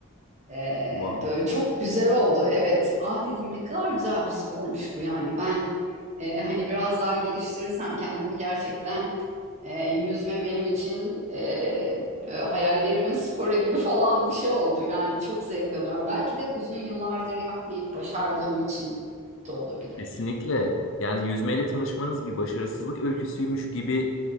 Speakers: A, on the right; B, on the left.
A: Ee,
B: Wow.
A: böyle çok güzel oldu. Evet. Ah dedim ne kadar güzel bir spormuş bu yani. Ben e, hani biraz daha geliştirirsem kendimi gerçekten e, yüzme benim için e, böyle hayallerimin sporu gibi <laughs> falan bir şey oldu. Yani çok zevk alıyorum. Belki de uzun yıllardır yapmayıp başardığım için de olabilir.
B: Kesinlikle. Yani yüzmeyle tanışmanız bir başarısızlık öyküsüymüş gibi